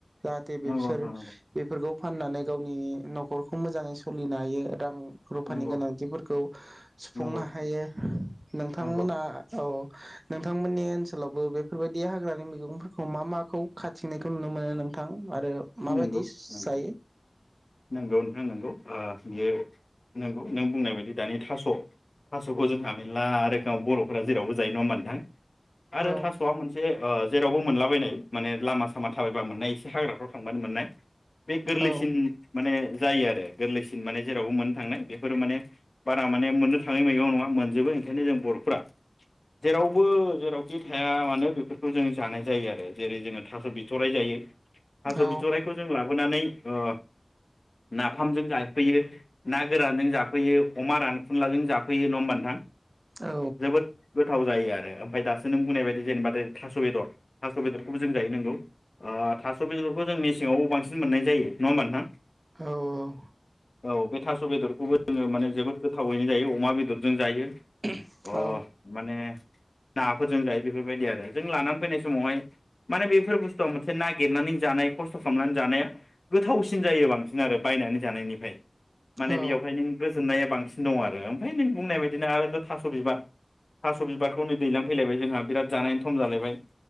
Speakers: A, on the right (about 45°); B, on the left (about 80°).
A: जाहाथे बेसोर
B: नंगौ नोंथां
A: बेफोरखौ फाननानै गावनि नखरखौ मोजाङै सोलिनो हायो रां रुफानि
B: नंगौ
A: गोनांथिफोरखौ सुफुंनो
B: नंगौ
A: हायो नोंथांमोना
B: नंगौ नंगौ
A: औ नोंथांमोननि ओनसोलावबो बेफोरबायदि हाग्रानि मैगंफोरखौ मा माखौ खाथिनायखौ नुनो मोनो नोंथां आरो माबायदि
B: नंगौ
A: जायो
B: नंगौ नंगौ नोंथां नंगौ ओ बियो नंगौ नों बुंनाय बायदि दानि थास थासखौ जोंहा मेरला रोखोमाव बरफोरा जेरावबो जायो नङा होमबा नोंथां आरो थासआ
A: औ
B: मोनसे ओ जेरावबो मोनला बबायनाय माने लामा खामा थाबायबा मोननाय एसे हाग्राफोर थांबानो मोननाय बे गोरलैसिन
A: औ
B: माने जायो आरो गोरलैसिन माने जेरावबो मोननो थांनाय बेफोरो माने बारा माने मोननो थाङै मैगं नङा मोनजोबो ओंखायनो जों बरफोरा जेरावबो जेरावखि थाया मानो बेफोरखौ जों जानाय जायो आरो जेरै जोङो थास बिथराइ जायो थास
A: औ
B: बिथराइखौ जों ला लाबोनानै ओ नाफामजों जाफैयो ना गोरानजों जाफैयो अमा रानखुनलाजों जाफैयो नङ होमबानोथां
A: औ
B: जोबोद थाव जायो आरो ओमफाय दासो नों बुंनाय बादि जेनेबा दो थास'बेदर थास'बेदरखौबो जों जायो नंगौ आ था- सबेदरखौ जों मेसेंआव बांसिन मोननाय जायो नङा होमबा नोंथां
A: औ औ
B: औ बे थास'बेदर खौबो जोंओ माने जोबोद गो- थावैनो जायो अमा बेदरजों जायो
A: <unintelligible>
B: अ
A: औ
B: माने नाफोरजों जायो बेफोरबायदि आरो जों लानानै फैनाय समावहाय माने बेफोर बुस्थुआव मोनसे ना- नागिरनानै जानाय खस्थ' खामनानै जानाया गोथावसिन जायो बांसिन आरो बायनानै जानायनिफाय माने
A: औ
B: बेयावहाय नों गोजोननाया बांसिनदं आरो ओमफाय नों बुंनाय बायदिनो आरोथ' थास' बिबार थास' बिबारखौनै दैलां फैलाइबाय जोंहा बिराद जानायनि थम जालायबाय